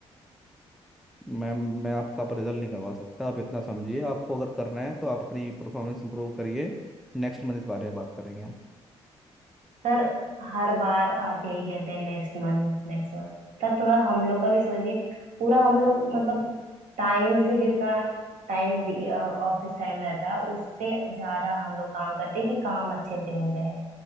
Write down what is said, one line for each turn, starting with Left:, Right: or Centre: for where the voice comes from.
Centre: मैम मैं आपका अप्रेजल नहीं करवा सकता आप इतना समझिए आपको अगर करना है तो आप अपनी परफॉर्मेंस इंप्रूव करिए नेक्स्ट मंथ इस बारे में बात करेंगे हम
Right: सर हर बार आप यही कहते हैं next month next month Sir थोड़ा हम लोग का भी सोचिए पूरा हम लोग मतलब टाइम से जितना टाइम ऑफिस टाइम रहता है उससे ज्यादा हम लोग काम करते हैं कि काम अच्छे से हो जाए